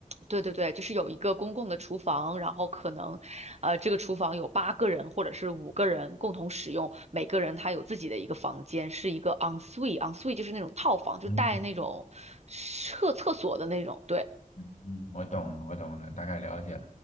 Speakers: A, on the right; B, on the left.
A: 对对对，就是有一个公共的厨房，然后可能呃，这个厨房有八个人或者是五个人共同使用，每个人他有自己的一个房间，是一个 en suite en suite 就是那种套房，就带那种厕厕所的那种，
B: 嗯
A: 对
B: 嗯，我懂了，我懂了，大概了解。